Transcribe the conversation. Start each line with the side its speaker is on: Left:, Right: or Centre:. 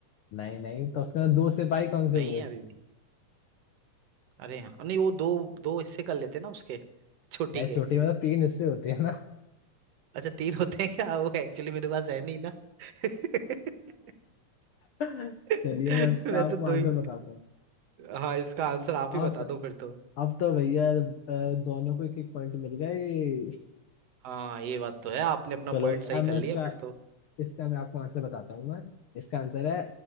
Left: नहीं नहीं तो उसके अंदर दो सिपाही कौन से
Right: नहीं
Left: हुए
Right: है अभी भी अरे हाँ नहीं वो दो दो हिस्से कर लेते हैं ना उसके चोटी
Left: नहीं
Right: के
Left: छोटी में तो तीन हिस्से होते हैं ना
Right: अच्छा तीन होते हैं क्या वो एक्चुअली मेरे पास है नहीं ना <laughs>
Left: <laughs>
Right: <laughs>
Left: चलिए मैं इसका
Right: मैं
Left: आपको
Right: तो दो
Left: आंसर
Right: ही
Left: बताता हूँ
Right: हाँ इसका आंसर आप
Left: अब
Right: ही बता दो फिर तो
Left: अब तो भैया अ, दोनों को एक एक पॉइंट मिल गए
Right: हाँ ये बात तो है आपने अपना
Left: चलो
Right: पॉइंट सही
Left: अब
Right: कर
Left: मैं
Right: लिया
Left: इसका
Right: फिर तो
Left: इसका मैं आपको आंसर बताता हूँ मैं इसका आंसर है